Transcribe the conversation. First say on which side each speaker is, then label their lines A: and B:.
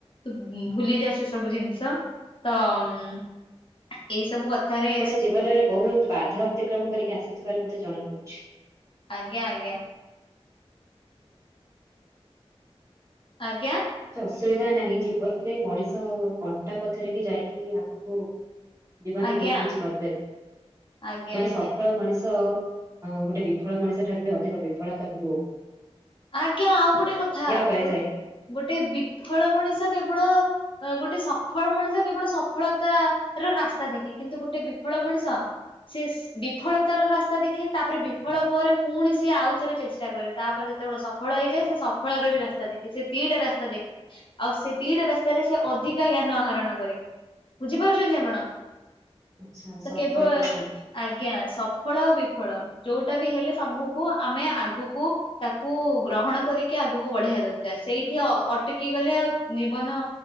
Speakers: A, on the left; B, on the right.
A: ତୁ ଭୁଲିଯା ସେ ସବୁ ଜିନିଷ ତଁ ଅମ୍ ଏଇ ସବୁ କଥାରେ
B: ଆପଣ ଜୀବନରେ ବହୁତ ବାଧା ଅତିକ୍ରମ କରିକି ଆସିଥିବାର ମତେ ଜଣା ପଡୁଛି।
A: ଆଜ୍ଞା, ଆଜ୍ଞା। ଆଜ୍ଞା।
B: କିଛି ଅସୁବିଧା ନାହିଁ ଜୀବନରେ ମଣିଷ କଣ୍ଟା ପଛରେ କି ଯାଇକି ଆଗକୁ ଜୀବନରେ
A: ଆଜ୍ଞା।
B: ବହୁତ କିଛି କରିପାରିବ
A: ଆଜ୍ଞା
B: ଗୋଟେ
A: ଆଜ୍ଞା
B: ସଫଳ ମଣିଷ ହଁ ଗୋଟେ ବିଫଳ ମଣିଷ ଠାରୁ ବି ଅଧିକ ବିଫଳତାକୁ
A: ଆଜ୍ଞା ଆଉ ଗୋଟେ କଥା
B: କରିଥାଏ
A: ଗୋଟେ ଗୋଟେ ବିଫଳ ମଣିଷ କେବଳ ଅ ଗୋଟେ ସଫଳ ମଣିଷ କେବଳ ସଫଳତା ର ରାସ୍ତା ଦେଖେ କିନ୍ତୁ ଗୋଟେ ବିଫଳ ମଣିଷ ସେସ୍ ବିଫଳତାର ରାସ୍ତା ଦେଖେ ତାପରେ ବିଫଳ ପରେ ପୁଣି ସିଏ ଆଉଥରେ ଚେଷ୍ଟା କରେ ତାପରେ କେତେବେଳେ ସଫଳ ହେଇଯାଏ ସେ ସଫଳରେ ବି ରାସ୍ତା ଦେଖେ ସେ ଦିଟା ରାସ୍ତା ଦେଖେ। ଆଉ ସେ ଦିଟା ରାସ୍ତାରେ ସେ ଅଧିକା ଜ୍ଞାନ ଆହରଣ କରେ ବୁଝିପାରୁଛନ୍ତି ଆପଣ।
B: ଆଚ୍ଛା
A: ତ
B: ସଫଳ
A: କେବଳ
B: ଆଚ୍ଛା,
A: ଆଜ୍ଞା ସଫଳ ଆଉ ବିଫଳ ଯୋଉଟା ବି ହେଲେ ସବୁକୁ ଆମେ ଆଗକୁ ତାକୁ ଗ୍ରହଣ କରିକି ଆଗକୁ ବଢେଇବା ଦରକାର ସେଇଠି ଅ ଅଟକି ଗଲେ ଆଉ ଜୀବନ